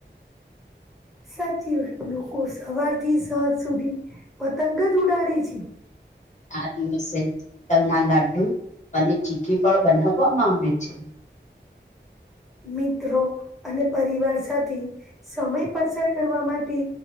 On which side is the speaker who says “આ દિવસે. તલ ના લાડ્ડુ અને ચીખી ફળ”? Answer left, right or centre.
Left